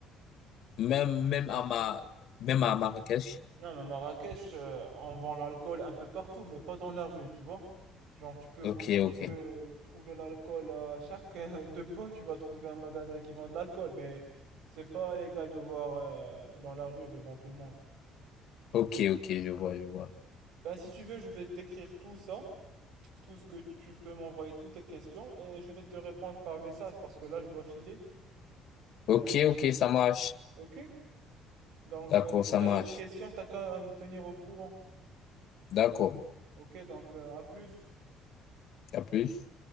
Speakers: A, on the left; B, on the right.
A: Même, même à ma, même à Marrakech?
B: Non, mais Marrakech, euh, on vend l'alcool un peu partout, mais pas dans la rue, tu vois. Genre, tu peux, vo-
A: Ok,
B: tu
A: ok.
B: peux trouver l'alcool à chaque euh, deux pas, tu vas trouver un magasin qui vend de l'alcool, mais c'est pas légal de boire euh, dans la rue devant tout le monde.
A: Ok, ok, je vois, je vois.
B: Ben, si tu veux, je vais t'écrire tout ça, tout ce que tu peux m'envoyer, toutes tes questions, et je vais te répondre par message parce que là, je dois filer. J'ai
A: Ok,
B: un rendez-vous.
A: ok, ça marche.
B: Ok? Donc,
A: D'accord,
B: euh, si
A: ça
B: tu
A: marche.
B: as d'autres questions, t'as qu'à me tenir au courant.
A: D'accord.
B: Ok? Donc, euh, à plus.
A: À plus.